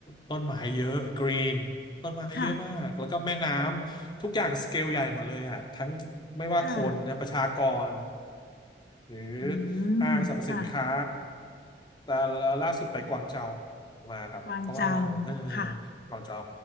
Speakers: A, on the left (about 25°); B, on the left (about 55°).
A: ต้นไม้เยอะกรีนต้นไม้เยอะมากแล้วก็แม่น้ำ
B: ค่ะ
A: ทุกอย่างสเกลใหญ่หมดเลยอะทั้งไม่ว่าคนนะประชากร
B: ค่ะ
A: หรือ
B: อื
A: ห้างสรรพสินค้า
B: มค่ะ
A: แต่ล่าสุดไปกวางเจามาครับเพราะว่าเออ
B: กวางเจาค่ะ
A: กวางเจา